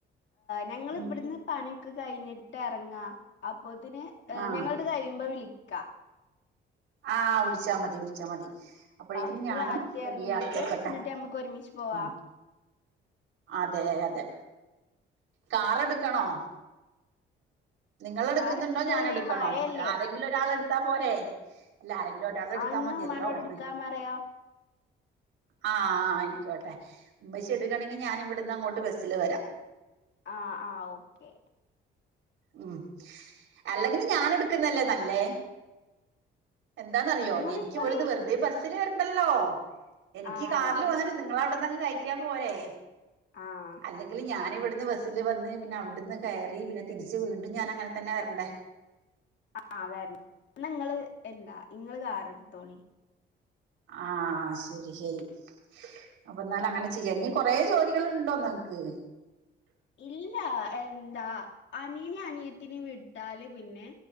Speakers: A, on the left (about 65°); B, on the right (about 80°).
A: ഞങ്ങ
B: ഉം
A: ഇവിടുന്ന് പണിക്ക് കഴിഞ്ഞിട്ട് ഇറങ്ങാ അപ്പോത്തിന്
B: ആഹ്
A: ഞങ്ങളിത് കഴിയുമ്പോ വിളിക്കാ
B: ആ വിളിച്ചാ മതി വിളിച്ചാ മതി അപ്പോഴേക്കിന്
A: അപ്പ
B: ഞാനും
A: താത്തി
B: റെഡി
A: എറങ്ങീട്ട്
B: ആക്കിക്കട്ടെ
A: എന്നിട്ട് നമ്മക്ക് ഒരുമിച്ച് പോവാ.
B: ഉം അതെ അതെ കാറെടുക്കണോ നിങ്ങളെടുക്കുന്നിണ്ടോ
A: കാർ എടുത്തോളി
B: ഞാൻ എടുക്കണോ
A: മഴയല്ലേ
B: ആരെങ്കിലും ഒരാൾ എടുത്താ പോരെ എല്ല ആരങ്കിലും ഒരാൾ എടുത്താ
A: ആഹ് ഇന്നാ
B: മതിയല്ലോന്ന്
A: ഉമ്മാനോട് എടുക്കാൻ പറയാ.
B: ആ ആയിക്കോട്ടെ ഉമ്മശ എടുക്കണെങ്കിൽ ഞാൻ ഇവിടുന്ന് അങ്ങോട്ട് ബസ്സില് വരാം
A: ആ ആ ഓക്കെ
B: ഉം അല്ലെങ്കില് ഞാൻ എടുക്കുന്നല്ലേ നല്ലേ എന്താന്നറിയോ
A: ഇന്നാ ഇങ്ങള്
B: ഞാ എനിക്ക്
A: എടുത്തോളി
B: ഇവിടെന്ന് വെറുതെ ബസ്സില് വരണ്ടല്ലോ എനിക്ക്
A: ആഹ്
B: കാറിൽ
A: ഇന്നാ ഇങ്ങള്
B: വന്നിട്ട്
A: എടുത്തോളി.
B: നിങ്ങള അവിടുന്നങ്ങ് കയ റ്റിയപ്പോരെ
A: ആഹ്
B: അല്ലെങ്കില് ഞൻ ഇവിടുന്ന് ബസ്സിൽ വന്ന് പിന്നെ അവിടുന്ന് കയറി പിന്നെ തിരിച്ച് വീണ്ടും ഞാനങ്ങനെ തന്നെ വരണ്ടേ
A: <inaudible> നിങ്ങള് എന്താ ഇങ്ങള് കാറെടുത്തോളി
B: ആ ശരി ശരി അപ്പൊ എന്നാലങ്ങനെ ചെയ്യാം ഇനി കൊറെ ജോലികൾ ഇണ്ടോന്ന് നമക്ക്
A: ഇല്ല എന്താ അനിയനെ അനിയത്തിന് വിട്ടാല് പിന്നെ